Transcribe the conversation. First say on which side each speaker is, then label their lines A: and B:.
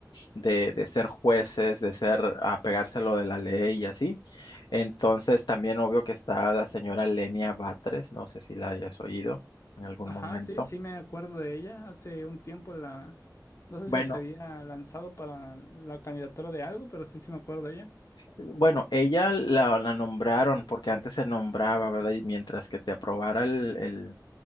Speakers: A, on the left; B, on the left.
A: De, de ser jueces, de ser, apegarse a lo de la ley y así. Entonces, también obvio que está la señora Lenia Batres, no sé si la hayas oído en algún
B: Ajá,
A: momento.
B: sí, sí me acuerdo de ella. Hace un tiempo la, no sé
A: Bueno,
B: si se había lanzado para la candidatura de algo, pero sí, sí me acuerdo de ella.
A: bueno, ella la, la nombraron porque antes se nombraba, ¿verdad? Y mientras que te aprobara el, el,